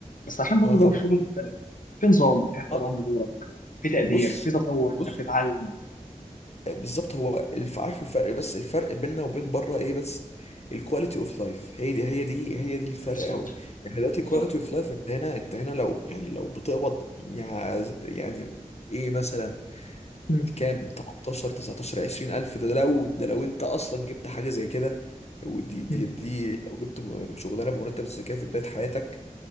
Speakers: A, on the left (about 85°); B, on the left (about 55°).
A: بس عشان برضو
B: آه طب
A: جو الشغل مختلف في نظام في احترام
B: آه،
A: لدورك في تقدير
B: بص
A: في تطور
B: بص
A: انت بتتعلم
B: بالظبط هو الف... عارف الفرق بس الفرق بيننا وبين بره ايه بس الكواليتي اوف لايف هي دي هي دي هي دي الفرق
A: بالظبط
B: قوي يعني دلوقتي
A: بالظبط
B: الكواليتي اوف لايف انت هنا انت هنا لو يعني لو بتقبض يع- يعني ايه مثلا
A: مم،
B: كام 18 19 20 الف ده لو ده لو انت اصلا جبت حاجه زي كده ودي دي
A: مم،
B: دي لو جبت م- شغلانه بمرتب زي كده في بدايه حياتك